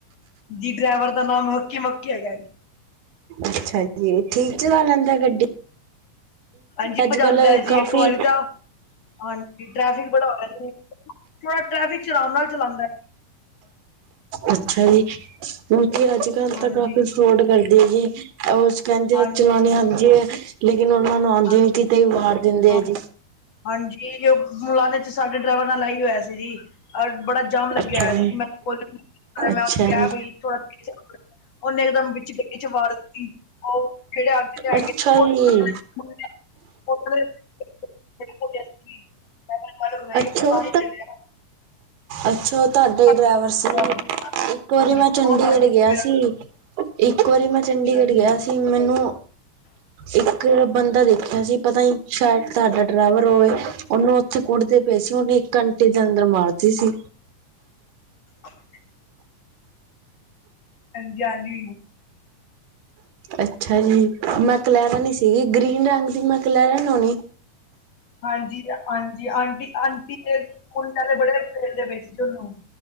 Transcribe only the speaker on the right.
ਅੱਛਾ ਜੀ, ਠੀਕ ਚਲਾ ਲੈਂਦਾ ਐ ਗੱਡੀ?
ਅੱਜ
ਕੱਲ
ਕਾਫੀ
ਅੱਛਾ ਜੀ, ਕਿਉਕਿ ਅੱਜ-ਕੱਲ
ਤਾਂ ਕਾਫੀ ਨੋਟ ਕਰਦੇ ਐ ਜੀ, ਉਹ ਕਹਿੰਦੇ
ਆ ਚਲਾਣੀ ਆਂਦੀ ਐ, ਲੇਕਿਨ ਓ ਉਹਨਾਂ ਨੂੰ ਆਂਦੀ
ਨੀ, ਕਿਤੇ ਵੀ ਵਾਰ ਦਿੰਦੇ
ਆ ਜੀ।
ਅੱਛਾ
ਜੀ
ਅੱਛਾ
ਜੀ
ਅੱਛਾ
ਜੀ
ਅੱਛਾ
ਉਹ
ਅੱਛਾ ਉਹ ਤੁਹਾਡਾ ਹੀ ਡਰੈਵਰ
ਸੀ? ਇੱਕ ਵਾਰੀ ਮੈਂ
ਚੰਡੀਗੜ੍ਹ
ਗਿਆ
ਸੀ, ਇੱਕ ਵਾਰੀ ਮੈਂ ਚੰਡੀਗੜ੍ਹ
ਗਿਆ ਸੀ। ਮੈਨੂੰ ਇੱਕ ਬੰਦਾ ਦੇਖਿਆ ਸੀ ਪਤਾ ਨੀ ਸ਼ਾਇਦ ਤੁਹਾਡਾ ਡਰੈਵਰ ਹੋਵੇ, ਉਹਨੂੰ ਉੱਥੇ ਕੁੱ ਕੁੱਟਦੇ ਪਏ ਸੀ, ਉਹਨੇ ਇੱਕ ਘੰਟੇ ਦੇ ਅੰਦਰ ਮਾਰਤੀ ਸੀ।
ਅੱਛਾ ਜੀ, ਮੈਕਲੈਰਨ ਸੀਗੀ, ਗ੍ਰੀਨ ਰੰਗ ਦੀ ਮੈਕਲੈਰਨ ਹੋਣੀ।